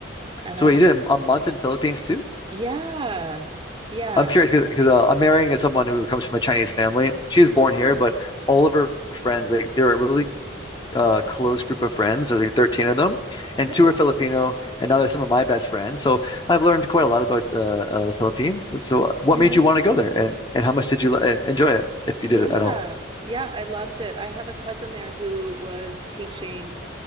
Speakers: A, on the right; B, on the left.
A: And
B: So,
A: I
B: wait, you did a, a month in Philippines too?
A: yeah. Yeah.
B: I'm curious because uh, I'm marrying someone who comes from a Chinese family. She was born
A: Oh,
B: here, but all of her friends, like, they're a really uh, close group of friends. There's like 13 of them,
A: oh,
B: and two are Filipino, and now they're some of my best friends. So, I've learned quite a lot about uh, uh, the Philippines. So, uh, what
A: amazing.
B: made you want to go there, and and how much did you uh, enjoy it, if you
A: Yeah.
B: did it at all?
A: Yeah, I loved it. I have a cousin there who was teaching